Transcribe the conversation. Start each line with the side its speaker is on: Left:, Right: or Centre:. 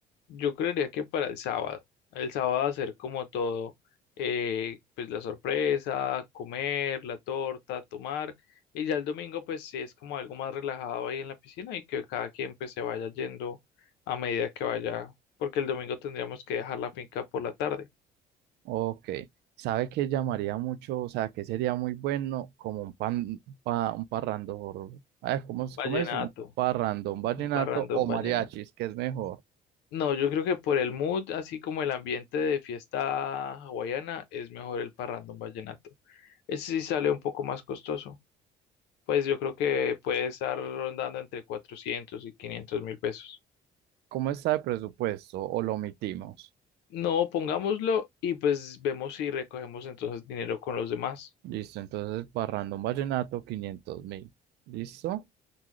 Left: Yo creería que para el sábado. El sábado hacer como todo, eh, pues la sorpresa, comer, la torta, tomar. Y ya el domingo pues sí es como algo más relajado ahí en la piscina y que cada quien pues se vaya yendo a medida que vaya, porque el domingo tendríamos que dejar la finca por la tarde.
Right: Ok, ¿sabe qué llamaría mucho? O sea, que sería muy bueno como un pan, pa- un parrandón, ay, ¿cómo es,
Left: Vallenato,
Right: cómo es? Un parrandón, vallenato
Left: un parrandón
Right: o mariachis,
Left: vallenato.
Right: que es mejor?
Left: No, yo creo que por el mood, así como el ambiente de fiesta hawaiana, es mejor el parrandón vallenato. Ese sí sale un poco más costoso. pues yo creo que puede estar rondando entre 400 y 500 mil pesos.
Right: ¿Cómo está el presupuesto o lo omitimos?
Left: No, pongámoslo y pues vemos si recogemos entonces dinero con los demás.
Right: Listo, entonces parrandón, vallenato, 500 mil, ¿listo?